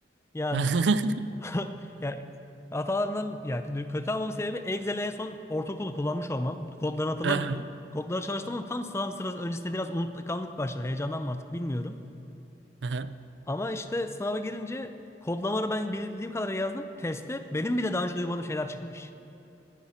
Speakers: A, on the left (about 15°); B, on the right (about 80°).
A: yani
B: <laughs>
A: <laughs> yani hatalarından ya kötü almamın sebebi Excel'i en son ortaokulu kullanmış olmam. Kodlarını hatırlamıyorum.
B: Aha,
A: Kodları çalıştım ama tam sınav sırası öncesinde biraz unutkanlık başladı. Heyecandan mı artık bilmiyorum.
B: aha.
A: Ama işte sınava girince kodlamaları ben bildiğim kadarıyla yazdım. Testte benim bile daha önce duymadığım şeyler çıkmış.